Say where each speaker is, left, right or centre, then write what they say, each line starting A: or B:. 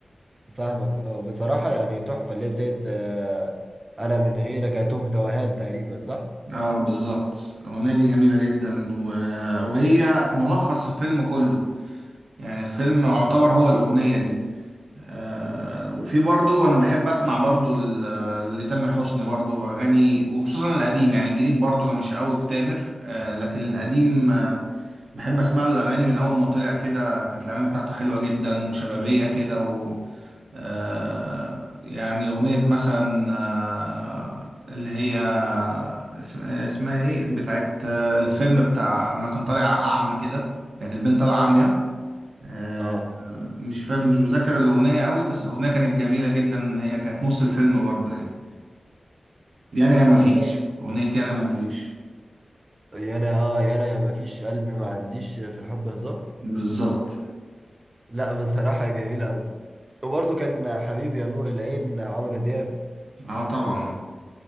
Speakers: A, on the right; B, on the right.
A: فاهمك اه بصراحة يعني تحفة اللي هي بتاعت آه، انا من غيرك تهت وهان تقريبا صح
B: اه بالظبط الأغنية دي جميلة جدا و... وهي ملخص الفيلم كله يعني الفيلم يعتبر هو الأغنية دي آه وفي برضو أنا بحب أسمع برضو ل- لتامر حسني برضو أغاني وخصوصا القديم يعني الجديد برضو أنا مش قوي في تامر آه لكن القديم بحب اسمع له الاغاني من اول ما طلع كده كانت الاغاني بتاعته حلوه جدا وشبابيه كده و آه يعني اغنيه مثلا آه اللي هي اسم- اسمها ايه بتاعت آه، الفيلم بتاع ما كان طالع اعمى كده كانت البنت طالعه عاميه آه
A: اه
B: مش فاكر مش مذاكر الاغنيه قوي بس الاغنيه كانت جميله جدا هي كانت نص الفيلم برضه يعني دي انا يا ما
A: والله
B: فيش اغنيه يا انا ما فيش
A: يا انا اه يا انا ما فيش قلبي ما عنديش في الحب هزار
B: بالظبط
A: لا بصراحة جميلة قوي وبرضه كان حبيبي يا نور العين عمرو دياب
B: اه طبعا